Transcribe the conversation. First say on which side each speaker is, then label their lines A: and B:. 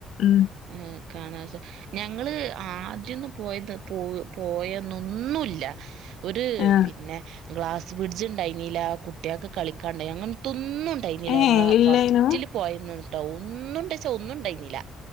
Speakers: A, on the left (about 65°); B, on the right (about 75°).
A: ഉം
B: ഏ കാണ വെച്ചാ ഞങ്ങള് ആദ്യന്ന പോയത് പോ പോയെന്നൊന്നുമല്ല ഒരു
A: ആഹ്
B: പിന്നെ ഗ്ലാസ് ബ്രഡ്ജ് ഉണ്ടായിരുന്നില്ല കുട്ടികൾക്ക് കളിക്കാണ്ടായി അങ്ങനത്തൊന്നും ഉണ്ടായിരുന്നില്ല
A: ഏഹ്
B: ഞങ്ങള
A: ഇല്ലേനു
B: ഫസ്റ്റ് യട്ടോ ഒന്നും ഇണ്ടച്ച ഒന്നും ഉണ്ടായിരുന്നില്ല